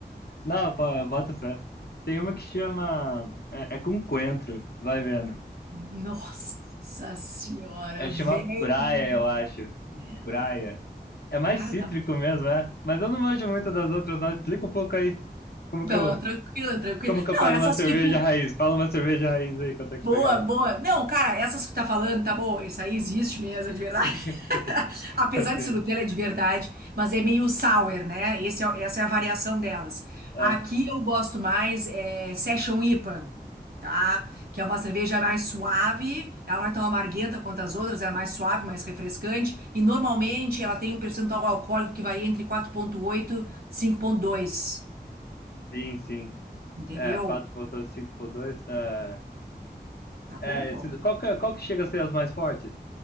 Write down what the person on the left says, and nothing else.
Não, pô, bota fé. Tem uma que chama. É, é com coentro, vai vendo.
É
chama praia, eu acho.
Praia. É mais
cítrico
mesmo, é. Mas eu não manjo muito das outras, não. Explica um pouco aí como
que eu,
como que eu
pego
uma cerveja
raiz. Fala uma cerveja raiz aí que eu tenho
que pegar.
<laughs>
Sim,
assim.
Ah,
sim, sim.
É, 4.8, 5.2. É,
é
esses, qual que, qual que chega a ser as mais fortes?